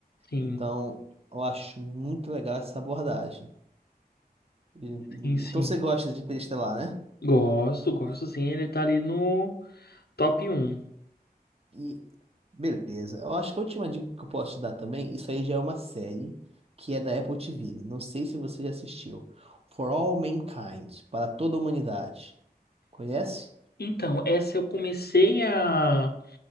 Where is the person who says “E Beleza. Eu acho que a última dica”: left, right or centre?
Right